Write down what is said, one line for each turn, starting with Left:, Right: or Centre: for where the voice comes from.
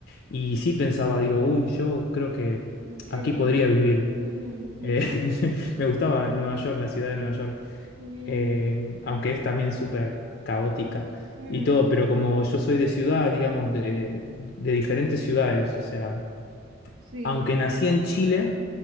Left: Y sí pensaba, digo, uy, yo creo que
Right: me queda,
Left: aquí podría
Right: ¿no?
Left: vivir.
Right: Mm,
Left: Eh,
Right: mm,
Left: <laughs> me gustaba Nueva York, la ciudad de Nueva York,
Right: Qué bien.
Left: eh, aunque es también súper caótica
Right: mm,
Left: y todo, pero como yo soy de ciudad, digamos, de, de diferentes ciudades, o sea,
Right: sí.
Left: aunque nací en Chile,